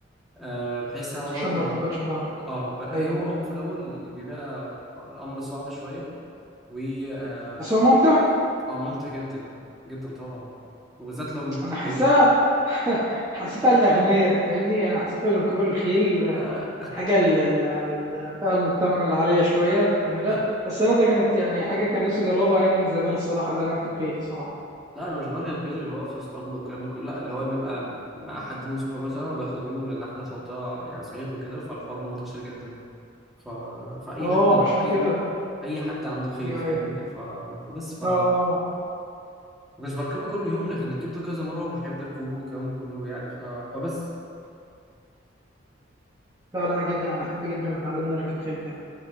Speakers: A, in the centre; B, on the right.
A: آه بحيث يعني ظهرك
B: عشان ما
A: ما
B: تهبطش في ظهرك
A: اه بقى-
B: ايوه
A: هو هو في الاول بيبقى الامر صعب شويه و اه
B: بس هو ممتع
A: آه، ممتع جدا جدا طبعا وبالذات لما بتجري
B: انا حاساه
A: بيه
B: <laughs> حسيتها للاغنياء فاهمني انا حسيت ان ركوب الخيل
A: لا
B: حاجه للفئه المجتمع العاليه شويه اللي بتعملها
A: لا
B: بس انا ده كانت يعني حاجه كان نفسي اجربها يعني من زمان الصراحه اللي انا اركب خيل الصراحه
A: لا انا مش برغي الخيل اللي هو في اسطبل والكلام ده كله لا اللي هو بيبقى مع حد من صحابه مثلا وباخده منه لان احنا في منطقه يعني صعيد وكده فالحوار ده منتشر جدا ف... فاي
B: اه
A: حد اي
B: عشان كده
A: اي حد عنده خيل
B: ايوه
A: فاهمني
B: ايوه
A: ف... فبس ف...
B: اه آه.
A: فمش بركبه كل يوم لكن ركبته كذا مره وبحب ركوبه والكلام ده كله يعني ف... فبس
B: لا لا جدا انا احب جدا اتعلم ان أنا اركب خيل بجد